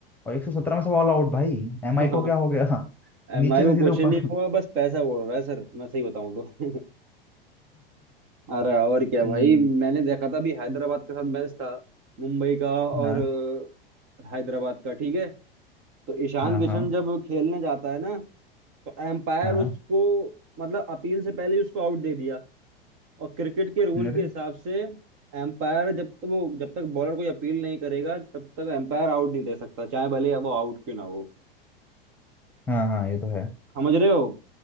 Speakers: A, in the centre; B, on the right.
A: और एक सौ सत्रह में सब ऑल आउट भाई एम
B: <laughs>
A: आई को क्या हो गया <laughs>
B: एम
A: नीचे
B: आई को
A: से सीधे
B: कुछ
A: ऊपर
B: नहीं
A: <laughs>
B: हुआ बस पैसा उड़ रहा है सर मैं सही बताऊं तो <laughs> अरे और क्या
A: हम्म,
B: भाई मैंने देखा था अभी हैदराबाद के साथ मैच था मुंबई का और
A: हाँ
B: अ, हैदराबाद का ठीक है तो ईशान
A: हाँ
B: किशन
A: हाँ
B: जब खेलने जाता है ना तो एम्पायर
A: हाँ
B: उसको मतलब अपील से पहले ही उसको आउट दे दिया और क्रिकेट के रूल
A: अरे
B: के हिसाब से एम्पायर जब तक वो जब तक बॉलर कोई अपील नहीं करेगा तब तक एम्पायर आउट नहीं दे सकता चाहे भले वो आउट क्यों ना हो
A: हाँ हाँ ये तो है
B: समझ रहे हो